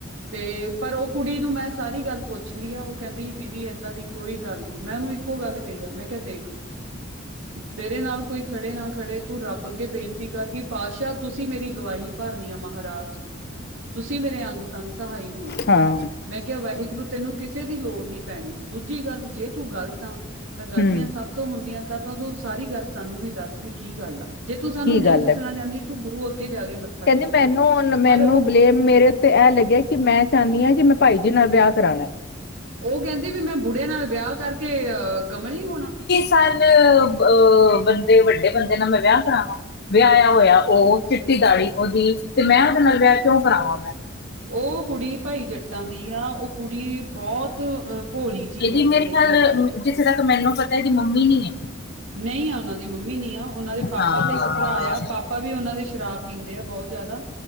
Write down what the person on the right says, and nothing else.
ਤੇ ਪਰ ਉਹ ਕੁੜੀ ਨੂੰ ਮੈਂ ਸਾਰੀ ਗੱਲ ਪੁੱਛ ਲਈ ਆ ਉਹ ਕਹਿੰਦੀ ਦੀਦੀ ਏਦਾਂ ਦੀ ਕੋਈ ਗੱਲ ਨਹੀਂ ਮੈਂ ਉਹਨੂੰ ਇੱਕੋ ਗੱਲ ਕਹੀ ਆ ਮੈਂ ਕਿਆ ਦੇਖ ਤੇਰੇ ਨਾਲ ਕੋਈ ਖੜੇ ਨਾ ਖੜੇ ਤੂੰ ਰੱਬ ਅੱਗੇ ਬੇਨਤੀ ਕਰ ਕਿ ਪਾਤਸ਼ਾਹ ਤੁਸੀਂ ਮੇਰੀ ਗਵਾਹੀ ਭਰਨੀ ਆ ਮਹਾਰਾਜ ਤੁਸੀਂ ਮੇਰੇ ਅੰਗ ਸੰੰਗ ਸਹਾਈ ਹੋਣਾ
ਮੈਂ ਕਿਹਾ ਵਾਹਿਗੁਰੂ ਤੈਨੂੰ ਕਿਸੇ ਦੀ ਲੋੜ ਨੀ ਪੈਣੀ ਦੂਜੀ ਗੱਲ ਜੇ ਤੂੰ ਗ਼ਲਤ ਆ ਤਾਂ ਗ਼ਲਤੀਆਂ
ਸਭ ਤੋਂ ਹੁੰਦੀਆਂ ਤਾਂ -ਤਾਂ ਹੂੰ ਸਾਰੀ ਗੱਲ ਸਾਨੂੰ ਵੀ ਦੱਸ ਵੀ ਕੀ ਗੱਲ ਆ ਜੇ ਤੂੰ ਸਾਨੂੰ
ਨਹੀਂ
ਦੱਸਣਾ
ਚਾਹੁੰਦੀ ਤੂੰ ਗੁਰੂ ਅੱਗੇ ਜਾ ਕੇ ਮੱਥਾ
ਟੇਕ
ਲ
ਪਰ ਉਹ
ਉਹ ਕਹਿੰਦੀ ਵੀ ਮੈਂ ਬੁੜੇ ਨਾਲ ਵਿਆਹ ਕਰਕੇ ਅਹ ਕਮਲੀ ਹੋਣਾ
ਉਹ ਕੁੜੀ ਭਾਈ ਜੱਟਾਂ ਦੀ ਆ ਉਹ ਕੁੜੀ ਬਹੁਤ ਅ ਭੋਲੀ ਜਿਹੀ
ਆ
ਜੇ ਦੇਖਿਆ
ਜਾਵੇ
ਨਹੀਂ ਆ ਉਹਨਾਂ ਦੀ ਮੰਮੀ ਨ ਆ, ਉਹਨਾਂ ਦੇ ਪਾਪਾ
ਤੇ ਇੱਕ ਭਰਾ ਆ, ਪਾਪਾ ਵੀ ਉਹਨਾਂ ਦੇ ਸ਼ਰਾਬ ਪੀਂਦੇ ਆ ਬਹੁਤ ਜ਼ਿਆਦਾ